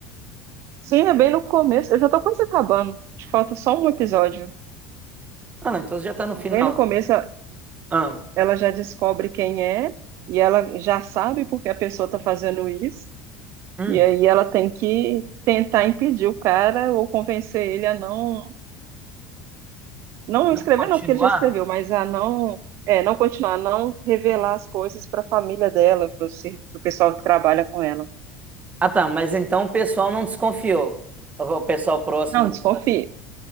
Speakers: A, on the right (about 55°); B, on the right (about 25°).
A: Sim, é bem no começo. Eu já tô quase acabando. Acho que falta só um episódio.
B: Ah, não, então já tá no
A: Bem
B: final.
A: no começo,
B: Ah,
A: ela já descobre quem é e ela já sabe porque a pessoa tá fazendo isso.
B: hum.
A: E aí ela tem que tentar impedir o cara ou convencer ele a não não
B: Não
A: escrever
B: continuar?
A: não, porque ele já escreveu, mas a não é, não continuar, a não revelar as coisas para a família dela, para o pessoal que trabalha com ela.
B: Ah, tá, mas então o pessoal não desconfiou. O o pessoal próximo
A: Não,
B: dela,
A: desconfie.
B: assim.